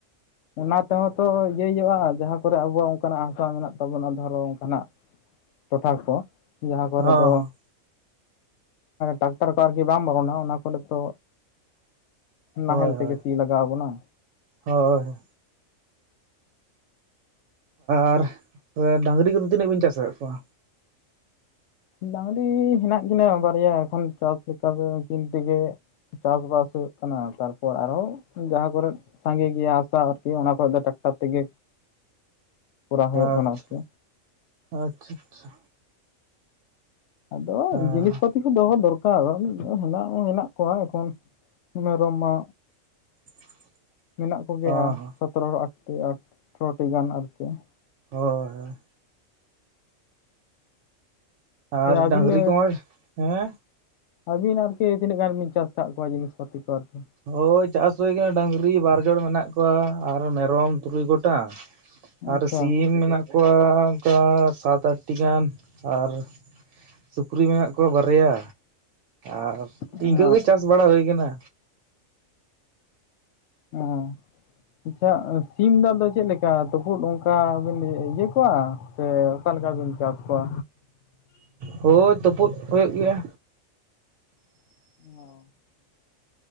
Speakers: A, on the left; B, on the right.
A: ᱚᱱᱟ ᱛᱮᱦᱚᱸ ᱛᱚ ᱤᱭᱟᱹᱭ ᱦᱩᱭᱩᱜᱼᱟ ᱡᱟᱦᱟᱸ ᱠᱚᱨᱮ ᱟᱵᱚᱣᱟᱜ ᱚᱱᱠᱟᱱᱟᱜ ᱦᱟᱥᱟ ᱢᱮᱱᱟᱜ ᱛᱟᱵᱚᱱᱟ ᱫᱷᱚᱨᱚ ᱚᱱᱠᱟᱱᱟᱜ᱾ ᱴᱚᱴᱷᱟ ᱠᱚ᱾ ᱡᱟᱦᱟᱸ ᱠᱚᱨᱮ
B: ᱦᱚᱸ
A: ᱫᱚ ᱴᱟᱠᱴᱟᱨ ᱠᱚ ᱟᱨᱠᱤ ᱵᱟᱝ ᱵᱚᱞᱚᱱᱟ ᱚᱱᱟ ᱠᱚᱨᱮ ᱛᱚ, ᱱᱟᱦᱮᱞ
B: ᱦᱳᱭ
A: ᱛᱮᱜᱮ
B: ᱦᱳᱭ
A: ᱥᱤ ᱞᱟᱜᱟᱣ ᱟᱵᱚᱱᱟ᱾
B: ᱦᱳᱭ᱾ ᱟᱻᱨ ᱰᱟᱹᱟᱝᱨᱤ ᱠᱚᱫᱚ ᱛᱤᱱᱟᱹᱜ ᱵᱤᱱ ᱪᱟᱥ ᱟᱠᱟᱫ ᱠᱚᱣᱟ?
A: ᱰᱟᱹᱝᱨᱤ ᱦᱮᱱᱟᱜ ᱠᱤᱱᱟᱹ ᱵᱟᱨᱭᱟ, ᱮᱠᱷᱚᱱ ᱪᱟᱥ ᱞᱮᱠᱟ ᱫᱚ ᱩᱱᱠᱤᱱ ᱛᱮᱜᱮ ᱪᱟᱥᱵᱟᱥ ᱦᱩᱭᱩᱜ ᱠᱟᱱᱟ ᱛᱟᱨᱯᱚᱨ ᱟᱨᱦᱚᱸ ᱡᱟᱦᱟᱸ ᱠᱚᱨᱮ ᱥᱟᱸᱜᱮ ᱜᱮᱭᱟ ᱦᱟᱥᱟ ᱟᱨᱠᱤ ᱚᱱᱟ ᱠᱷᱚᱡ ᱫᱚ ᱴᱟᱠᱴᱟᱨ ᱛᱮᱜᱮ ᱠᱚᱨᱟᱣ ᱦᱩᱭᱩᱜ
B: ᱟᱪᱪᱷᱟ᱾
A: ᱠᱟᱱᱟ ᱟᱨᱠᱤ
B: ᱟᱪᱪᱷᱟ ᱟᱪᱪᱷᱟ ᱟᱪᱪᱷᱟ᱾
A: ᱟᱫᱚ
B: ᱟᱪᱪᱷᱟ
A: ᱡᱤᱱᱤᱥ ᱯᱚᱛ ᱠᱤᱪᱷᱩ ᱫᱚᱦᱚ ᱫᱚᱨᱠᱟᱨ ᱦᱮᱱᱟᱜ ᱦᱚᱸ ᱦᱮᱱᱟᱜ ᱠᱚᱣᱟ ᱮᱠᱷᱚᱱ ᱢᱮᱨᱚᱢᱟ
B: <inaudible>
A: ᱢᱮᱱᱟᱜ ᱠᱚᱜᱮᱭᱟ
B: ᱦᱚᱸ ᱦᱚᱸ
A: ᱥᱚᱛᱨᱚ ᱟᱴᱴᱤ ᱟᱴᱷᱨᱚᱴᱤ ᱜᱟᱱ ᱟᱨ ᱪᱮᱫ?
B: ᱦᱳᱭ ᱦᱳᱭ᱾ ᱟᱨ
A: ᱦᱮᱸ ᱟᱹᱵᱤᱱ
B: ᱰᱟᱝᱨᱤ ᱠᱚ ᱢᱚᱡᱽ ᱦᱮᱸ᱾
A: ᱟᱹᱵᱤᱱ ᱟᱨᱠᱤ ᱛᱤᱱᱟᱹᱜ ᱜᱟᱱ ᱵᱤᱱ ᱪᱟᱥ ᱟᱠᱟᱫ ᱠᱚᱣᱟ ᱡᱤᱱᱤᱥ ᱯᱟᱹᱛᱤ ᱠᱚ ᱟᱨᱠᱤ
B: ᱦᱳᱭ ᱪᱟᱥ ᱦᱩᱭ ᱟᱠᱟᱱᱟ ᱰᱟᱝᱨᱤ ᱵᱟᱨᱡᱚᱲ ᱢᱮᱱᱟᱜ ᱠᱚᱣᱟ ᱟᱨ ᱢᱮᱨᱚᱢ ᱛᱩᱨᱩᱭ ᱜᱚᱴᱟᱝ᱾
A: ᱟᱪᱪᱷᱟ
B: ᱟᱨ ᱥᱤᱢ ᱢᱮᱱᱟᱜ ᱠᱚᱣᱟ ᱚᱱᱠᱟ ᱥᱟᱛ ᱟᱴᱴᱤ ᱜᱟᱱ ᱟᱨ ᱥᱩᱠᱨᱤ ᱢᱮᱱᱟᱜ ᱠᱚᱣᱟ ᱵᱟᱨᱭᱟ ᱟᱨ
A: ᱚ
B: ᱤᱱᱠᱟᱹ ᱜᱮ ᱪᱟᱥ ᱵᱟᱲᱟ ᱦᱩᱭ ᱠᱟᱱᱟ᱾
A: ᱚᱸ ᱟᱪᱪᱷᱟ ᱥᱤᱢ ᱫᱚ ᱟᱫᱚ ᱪᱮᱫ ᱞᱮᱠᱟ ᱛᱩᱯᱩᱫ ᱚᱱᱠᱟ ᱵᱤᱱ ᱤᱭᱟᱹ ᱠᱚᱣᱟ ᱥᱮ ᱚᱠᱟ ᱞᱮᱠᱟ ᱵᱤᱱ ᱪᱟᱥ ᱠᱚᱣᱟ?
B: ᱦᱳᱭ ᱛᱩᱯᱩᱫ ᱦᱩᱭᱩᱜ ᱜᱮᱭᱟ᱾
A: ᱚ᱾